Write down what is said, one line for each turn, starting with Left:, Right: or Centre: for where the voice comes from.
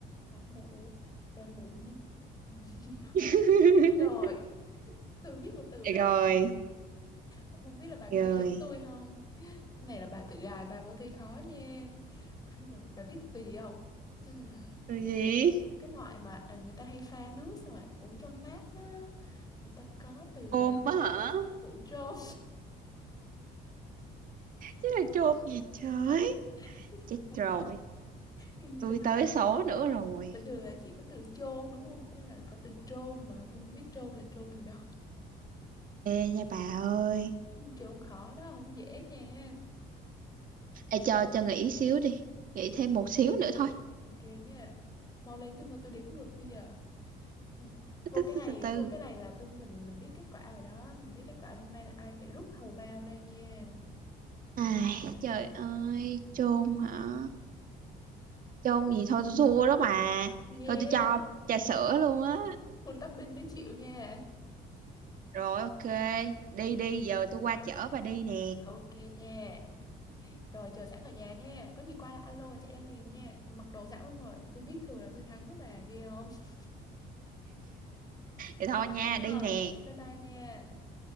Left: máu mụ, rồi mụ gì? <laughs>
Right: <laughs>
Left: Rồi, tôi biết một từ
Right: Được
Left: rồi.
Right: rồi
Left: Không biết là bà có
Right: rồi
Left: nghĩ giống tôi không? Này là bà tự gài, bà vô thấy khó nha. <laughs> Bà, bà biết từ gì không? Ừm,
Right: từ gì
Left: một cái loại mà à, người ta hay pha nước xong rồi uống cho mát đó. Người ta có từ ờ,
Right: ôm á hả
Left: mụ trôn.
Right: chứ là chôn gì trời
Left: <laughs>
Right: chết rồi
Left: bình
Right: tôi
Left: thường,
Right: tới số nữa rồi
Left: bình thường là chỉ có từ chôn đúng không? Bữa nay là có từ trôn mà tôi không biết trôn là trôn gì đâu.
Right: ê nha bà ơi
Left: <laughs> Trôn khó đó, không dễ nha.
Right: ê cho cho nghỉ xíu đi nghỉ thêm một xíu nữa thôi
Left: Ok nha. Mau lên chứ thôi tôi đếm ngược bây giờ. Ừ. <laughs>
Right: từ
Left: Thua
Right: từ
Left: cái này,
Right: từ từ từ.
Left: thua cái này là tôi mình mình biết kết quả rồi đó, mình biết kết quả là hôm nay là ai phải rút hầu bao ra nha.
Right: ai trời ơi chôn hả chôn gì thôi tôi thua đó bà
Left: Yeah,
Right: thôi tôi cho trà sữa luôn á
Left: full topping mới chịu nha.
Right: rồi ok đi
Left: Ừ.
Right: đi giờ tôi qua chở bà đi nè
Left: Ok nha. Rồi chờ sẵn ở nhà nha. Có gì qua là alo chạy ra liền nha. Mặc đồ sẵn luôn rồi. Tôi biết thường là tôi thắng đó bà ghê không? <laughs>
Right: thì thôi nha
Left: Ờ,
Right: đi nè
Left: bye bye nha.